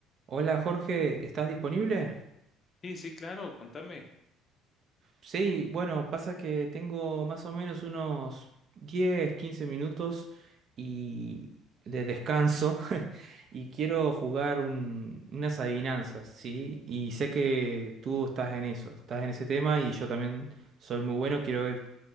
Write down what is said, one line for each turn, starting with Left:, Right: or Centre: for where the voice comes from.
Right: Hola Jorge, ¿estás disponible?
Left: Sí, sí, claro, contame.
Right: Sí, bueno, pasa que tengo más o menos unos 10, 15 minutos y de descanso <laughs> y quiero jugar un- unas adivinanzas, ¿sí? Y sé que tú estás en eso, estás en ese tema y yo también soy muy bueno, quiero ver